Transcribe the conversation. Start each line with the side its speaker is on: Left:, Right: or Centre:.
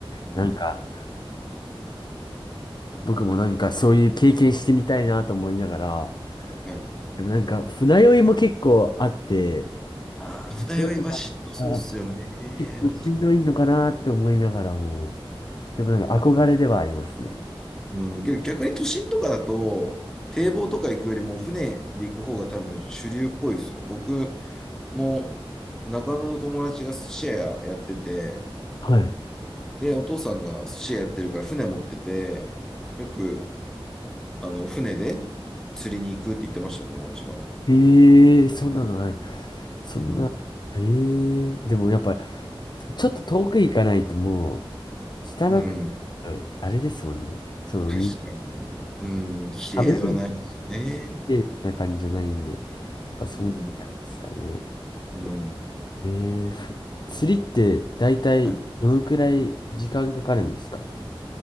Centre: うん。
Left: なんか、僕もなんかそういう経験してみたいなと思いながら、
Centre: はい。
Left: でもなんか船酔いも結構あって、
Centre: ああ船酔いは嫉妬そうっすよね。
Left: そういうのがあ、結構しんどいのかなって思いながらも、
Centre: わかる。
Left: でもなんか憧れではありますね。
Centre: うん。逆逆に都心とかだと、堤防とか行くよりも船で行く方が多分主流っぽいですよ。僕も中野の友達が寿司屋やってて、
Left: はい。
Centre: で、お父さんが寿司屋やってるから船持ってて、よく、あの、船で釣りに行くって言ってました、友達が。
Left: ええー、そんなのがある。そんな、
Centre: うん。
Left: ええー、でもやっぱ、ちょっと遠く行かないともう、汚く、
Centre: うん。
Left: あれですもんね。その、
Centre: 確かに。
Left: み
Centre: うん。綺麗ではないですね。
Left: 食べるってな感じじゃないんで、やっぱそうなんですかね。
Centre: うん。うん。
Left: えー、ふ釣りって大体どのくらい時間かかるんですか
Centre: はい